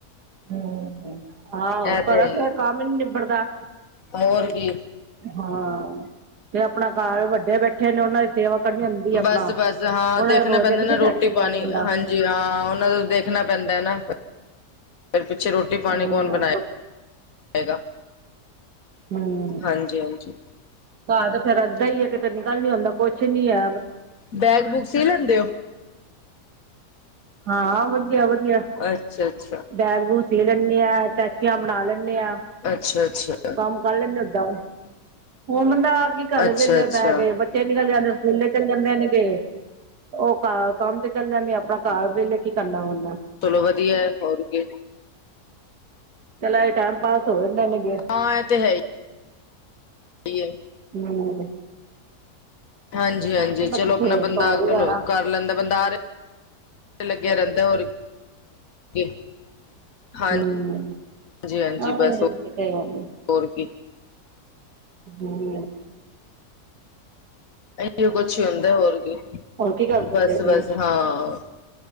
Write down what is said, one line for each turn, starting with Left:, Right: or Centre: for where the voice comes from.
Right: ਹੂੰ, ਆਹੋ ਘਰੋ
Left: ਇਹ ਤੇ ਹੈ ਹੀ
Right: ਫਿਰ
Left: ਹੈ।
Right: ਕੰਮ ਈ ਨੀ ਨਿਬੜਦਾ
Left: ਹੋਰ ਕੀ
Right: ਹਾਂ, ਤੇ ਅਪਣਾ ਘਰ ਵੱਡੇ ਬੈਠੇ ਨੇ ਉਹਨਾਂ ਦੀ ਸੇਵਾ ਕਰਨੀ ਹੁੰਦੀ ਹੈ ਆਪਣਾ
Left: ਬਸ-ਬਸ ਹਾਂ
Right: ਉਹਨਾਂ
Left: ਦੇਖਣਾ
Right: ਨੇ ਸੋਚਦੇ
Left: ਪੈਂਦਾ
Right: ਕਿੱਥੇ
Left: ਨਾ ਰੋਟੀ-ਪਾਣੀ
Right: ਛੱਡ ਕੇ ਜਾਵੇ ਬੰਦਾ
Left: ਹਾਂਜੀ ਜੀ ਹਾਂ, ਉਹਨਾਂ ਦਾ ਦੇਖਣਾ ਪੈਂਦਾ ਐ ਨਾ, ਫਿਰ ਪਿੱਛੇ ਰੋਟੀ-ਪਾਣੀ
Right: ਹਾਂ
Left: ਕੌਣ ਬਣਾਏ? ਹੈਗਾ,
Right: ਹਮ
Left: ਹਾਂਜੀ-ਹਾਂਜੀ।
Right: ਘਰ ਤੇ ਫੇਰ ਐੱਦਾ ਈ ਐ ਕਿਤੇ ਨਿਕਲ ਨੀ ਹੁੰਦਾ ਕੁਛ ਨੀ ਐ
Left: ਬੈਗ-ਬੂਗ ਸੀ ਲੈਂਦੇ ਓ?
Right: ਹਾਂ, ਵਦੀਆ-ਵਦੀਆ।
Left: ਅੱਛਾ-ਅੱਛਾ।
Right: ਬੈਗ-ਬੂਗ ਸੀ ਲੈਣੀ ਆ, ਟੈਚੀਆਂ ਬਣਾ ਲੈਣੇ ਆ।
Left: ਅੱਛਾ-ਅੱਛਾ।
Right: ਕੰਮ ਕਰ ਲੈਣੇ ਆ ਓਦਾਂ ਹੁਣ ਬੰਦਾ ਕੀ ਕਰੇ
Left: ਅੱਛਾ
Right: ਵੇਲੇ
Left: ਅੱਛਾ
Right: ਬੈ ਕੇ ਬ ਬੱਚੇ ਨਿਕਲ ਜਾਂਦੇ ਸਕੂਲੇ ਚਲੇ ਜਾਂਦੇ ਨੇਗੇ ਉਹ ਕ ਕੰਮ ਤੇ ਚਲੇ ਜਾਣੀ ਆ, ਅਪਣਾ ਘਰ ਵੇਲੇ ਕੀ ਕਰਨਾ ਹੋਂਦਾ।
Left: ਚਲੋ ਵਦੀਆ ਐ, ਹੋਰ ਕੀ?
Right: ਚਲ ਏਈ ਟਾਈਮ ਪਾਸ ਹੋ ਜਾਂਦੇ ਨੇਗੇ।
Left: ਹਾਂ, ਇਹ ਤੇ ਹੈ ਈ। ਈ ਏ।
Right: ਹੂੰ।
Left: ਹਾਂਜੀ-ਹਾਂਜੀ,
Right: ਬੰਦਾ
Left: ਚਲੋ
Right: ਕਿੱਥੇ
Left: ਅਪਣਾ ਬੰਦਾ
Right: ਪਾੜ ਹੀ ਜਾਣਾ
Left: ਕਰ ਲੈਂਦਾ ਬੰਦਾ ਆਰੇ ਲੱਗਿਆ ਰਹਿੰਦਾ, ਹੋਰ ਕੀ। ਹਾਂਜੀ
Right: ਹੂੰ,
Left: ਹਾਂਜੀ
Right: <unintelligible>
Left: ਬਸ ਹੋਰ ਕੀ?
Right: <inaudible> <inaudible>
Left: ਇਹੀ ਕੁਛ ਹੁੰਦਾ ਹੈ ਹੋਰ ਕੀ?
Right: ਹੋਰ ਕੀ ਕਰਦੇ
Left: ਬਸ-
Right: ਪਏ ਸੀ
Left: ਬਸ ਹਾਂ